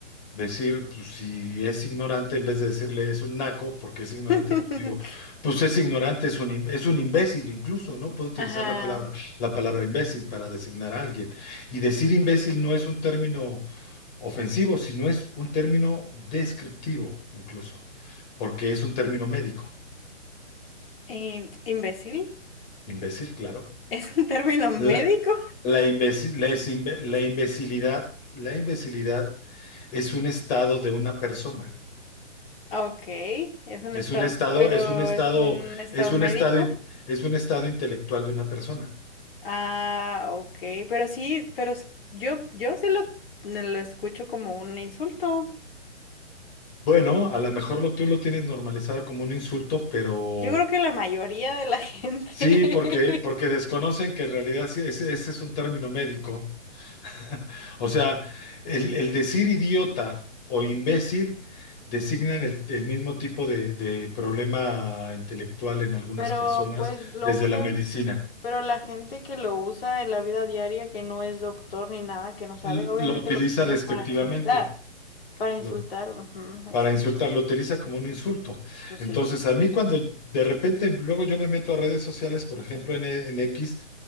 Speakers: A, on the left; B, on the left.
A: Decir, pues si es ignorante, en vez de decirle es un naco, porque es ignorante,
B: <laughs>
A: pues digo, pues es ignorante, es un, im- es un imbécil incluso, ¿no? Puedo utilizar
B: Ajá.
A: la palabra, la palabra imbécil para designar a alguien. Y decir imbécil no es un término ofensivo, sino es un término descriptivo incluso, porque es un término médico.
B: Em, ¿imbécil? <laughs>
A: Imbécil, claro.
B: ¿Es un término médico?
A: La, la, imbécil- la es imbe- la imbecilidad, la imbecilidad es un estado de una persona.
B: Ah, Ok, es un
A: Es
B: estado,
A: un estado,
B: pero
A: es un estado,
B: es un estado
A: es un
B: médico.
A: estado, in- es un estado intelectual de una persona.
B: Ah, ok, pero sí, pero s- yo, yo sí lo, lo escucho como un insulto.
A: Bueno, a lo mejor lo, tú lo tienes normalizado como un insulto, pero
B: Yo creo que la mayoría de la <laughs> gente,
A: sí, porque, porque desconocen que en realidad sí, ese, ese es un término médico. <laughs> O sea, el, el decir idiota o imbécil designan el, el mismo tipo de, de problema intelectual en algunas
B: pero
A: personas
B: pues lo
A: desde
B: usan,
A: la medicina.
B: pero la gente que lo usa en la vida diaria, que no es doctor ni nada, que no sabe,
A: L-
B: obviamente
A: Lo utiliza
B: lo utiliza
A: despectivamente.
B: para insultar, para insultar,
A: Lo
B: ujú, ex-
A: para insultar, lo utiliza como un insulto.
B: pues
A: Entonces,
B: sí.
A: a mí cuando de repente luego yo me meto a redes sociales, por ejemplo en, E- en X,